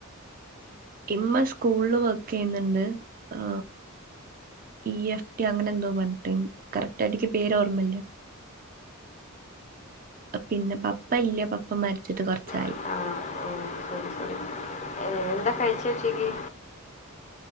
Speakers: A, on the right; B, on the left.
A: ഇമ്മ സ്കൂളില് വർക്ക് ചെയ്യുന്നുണ്ട് ആ ഇ എഫ് ടി അങ്ങനെ എന്തോ പ കറക്റ്റ് ആായിട്ടക്ക് പേര് ഓർമ്മയില്ല പിന്നെ പപ്പ ഇല്ല പപ്പ മരിച്ചിട്ട് കൊറച്ചായി
B: ആ ആ ശരി ശരി എന്താ കഴിച്ച ഉച്ചേക്ക്